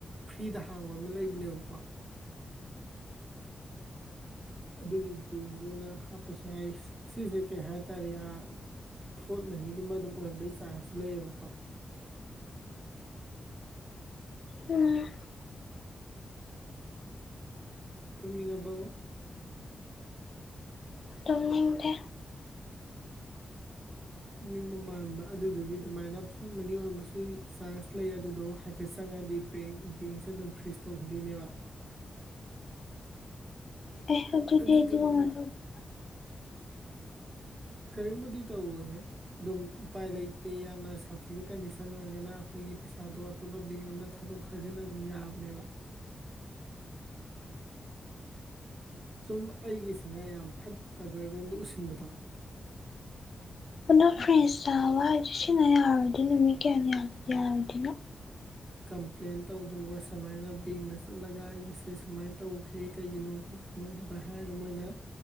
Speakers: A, on the right; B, on the left.
A: ꯐ꯭ꯔꯤꯗ ꯍꯥꯡꯕ ꯑꯃ ꯂꯩꯕꯅꯦꯕꯀꯣ ꯑꯗꯨꯒꯤ ꯕꯦꯡꯗ ꯑꯣꯏꯅ ꯍꯥꯞꯄꯁꯨ ꯌꯥꯏ ꯁꯤꯁꯦ ꯀꯩ ꯍꯥꯏꯇꯥꯔꯦ ꯑꯥꯦ ꯐ꯭ꯔꯣꯠ ꯃꯅꯤꯒꯨꯝꯕ ꯑꯗꯨꯝ ꯑꯣꯏꯔꯝꯕꯩ ꯆꯥꯟꯁꯁꯨ ꯂꯩꯌꯦꯕꯀꯣ
B: ꯎꯝ
A: ꯇꯨꯝꯅꯤꯡꯉꯕꯣ
B: ꯇꯨꯝꯅꯤꯡꯗꯦ
A: ꯇꯨꯝꯅꯤꯡꯕ ꯃꯥꯟꯕ ꯑꯗꯨꯗꯨꯒꯤ ꯑꯗꯨꯃꯥꯏꯅ ꯐ꯭ꯔꯣꯠ ꯃꯅꯤ ꯑꯣꯢꯔꯝꯕꯁꯨ ꯆꯥꯟꯁ ꯂꯩ ꯑꯗꯨꯗꯣ ꯍꯥꯏꯐꯦꯠ ꯆꯪꯉꯗꯤ ꯕꯦꯡ ꯕꯦꯡꯁꯦ ꯑꯗꯨꯝ ꯐ꯭ꯔꯤꯖ ꯇꯧꯈꯤꯗꯣꯏꯅꯦꯕ
B: ꯑꯦ ꯑꯗꯨꯗꯤ
A: ꯑꯗꯨꯗꯨꯅ
B: ꯑꯩꯗꯤ <unintelligible>
A: ꯀꯔꯤꯝꯕꯨꯗꯤ ꯇꯧꯔꯣꯏꯌꯦ ꯑꯗꯨꯝ ꯎꯄꯥꯏ ꯂꯩꯇꯦ ꯌꯥꯝꯅ ꯁꯥꯊꯤꯕ ꯀꯟꯗꯤꯁꯟ ꯑꯣꯏꯔꯒꯅ ꯑꯩꯈꯣꯏꯒꯤ ꯄꯩꯁꯥꯗꯣ ꯑꯇꯣꯞꯄ ꯕꯦꯡ ꯑꯝꯗ ꯊꯥꯗꯣꯛ ꯊꯥꯖꯤꯟ ꯑꯗꯨꯝ ꯌꯥꯕꯅꯦꯕ ꯁꯨꯝ ꯑꯩꯒꯤꯁꯤꯅ ꯌꯥꯝ ꯐꯠꯇꯕ ꯔꯣꯝꯗ ꯎꯁꯤꯟꯕꯗꯣ
B: ꯑꯗꯣ ꯐ꯭ꯔꯦꯤꯁ ꯆꯥꯕ ꯍꯥꯏꯁꯦ ꯁꯤꯟꯅ ꯌꯥꯔꯗꯣꯏꯅꯤꯅ ꯅꯨꯃꯤꯠ ꯀꯌꯥ ꯌꯥꯔꯣꯢꯗꯣꯏꯅꯣ
A: ꯀꯝꯄ꯭ꯂꯦꯟ ꯇꯧꯗꯧꯕ ꯁꯨꯃꯥꯏꯅ ꯕꯦꯡꯗ ꯆꯠꯂꯒ ꯑꯩꯒꯤꯁꯦ ꯁꯨꯃꯥꯏꯅ ꯇꯧꯈ꯭ꯔꯦ ꯀꯩꯒꯤꯅꯣ ꯈꯣꯠꯀꯤꯅꯣ ꯑꯗꯨꯃꯥꯏꯅ ꯍꯥꯏꯔꯒ ꯃꯣꯏꯅ